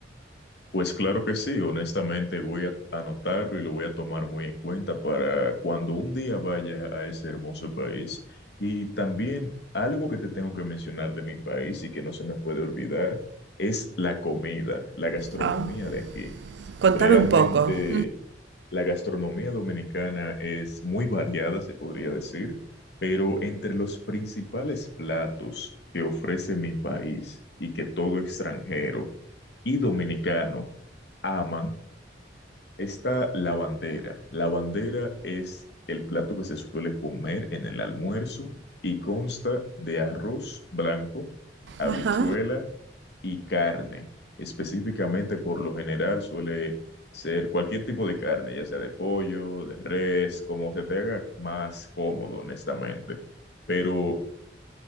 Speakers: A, on the left; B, on the right.
A: Pues claro que sí, honestamente voy a anotarlo y lo voy a tomar muy en cuenta para cuando un día vaya a ese hermoso país. Y también algo que te tengo que mencionar de mi país y que no se me puede olvidar es la comida, la gastronomía
B: Ah,
A: de aquí.
B: contame
A: Realmente
B: un poco.
A: la gastronomía dominicana es muy variada, se podría decir, pero entre los principales platos que ofrece mi país y que todo extranjero y dominicano aman esta bandera. La bandera es el plato que se suele comer en el almuerzo y consta de arroz blanco, habichuela
B: Ajá.
A: y carne. Específicamente, por lo general, suele ser cualquier tipo de carne, ya sea de pollo, de res, como se te haga más cómodo, honestamente. Pero